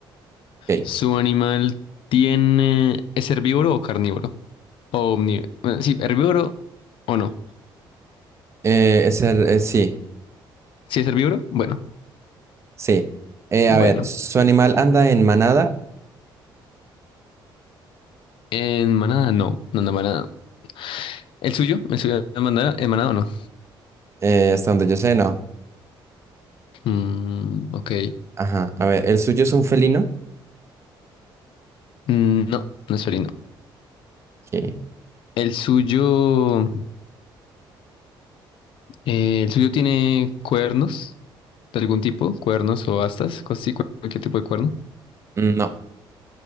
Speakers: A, on the right; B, on the left.
A: Ok.
B: ¿Su animal tiene... ¿Es herbívoro o carnívoro? O omni... bueno, sí, herbívoro o no.
A: Eh, es el- eh, sí,
B: Si es herbívoro, bueno,
A: sí. Eh,
B: bueno.
A: a ver, ¿su animal anda en manada?
B: En manada, no, no anda en manada. ¿El suyo? ¿El suyo anda en manada, en manada o no?
A: Eh, hasta donde yo sé, no.
B: Mm, ok.
A: Ajá. A ver, ¿el suyo es un felino?
B: Mm, No, no es felino.
A: Ok.
B: ¿El suyo... eh, ¿el suyo tiene cuernos de algún tipo? ¿Cuernos o astas? Cosas así, cualquier tipo de cuerno.
A: No.